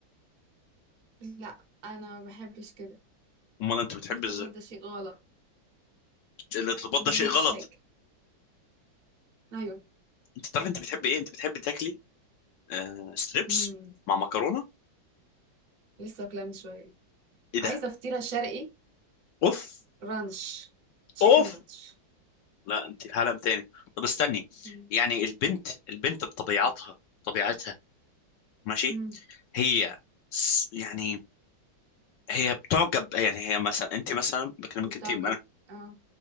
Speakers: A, on the right; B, on the left.
A: لا انا ما بحبش كده
B: امال انت بتحب
A: الارتباط
B: ازاي
A: ده شيء غلط
B: الارتباط
A: ما
B: ده شيء
A: بحبش
B: غلط
A: حاجة ايوه
B: انت تعرف انت بتحب ايه انت بتحب تاكلي آه... ستريبس
A: امم
B: مع مكرونه
A: لسه كلام شوية
B: ايه ده
A: عايزة فطيرة شرقي
B: اوف
A: رانش تشيكن
B: اوف
A: رانش
B: لا انت في عالم تاني طب استني
A: مم.
B: يعني البنت البنت بطبيعتها طبيعتها ماشي
A: مم.
B: هي س- يعني هي بتعجب يعني هي مثلا انت مثلا بكلمك
A: متعجب
B: انت انا
A: اه